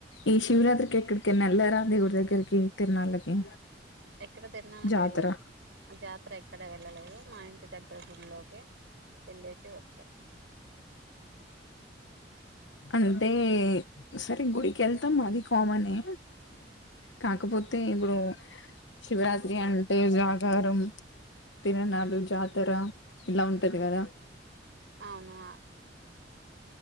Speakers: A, on the left (about 80°); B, on the right (about 75°).
A: ఈ శివరాత్రికి ఎక్కడికైన వెళ్ళారా దేవుడి దగ్గరికి తిరునాళ్ళకి?
B: ఎక్కడ తిరున్నాళ్ళకి
A: జాతర
B: వెళ్ళలే జాతర ఎ ఎక్కడ వెళ్ళలేదు మా ఇంటి దగ్గర గుడిలోకి వెళ్ళేసి వచ్చా
A: అంటే సరే గుడికి ఏళ్తాం. అది కామనే కాకపోతే ఇప్పుడు శివరాత్రి అంటే జాగారం తిరణాలు జాతర ఇలా ఉంటది గాదా
B: అవునా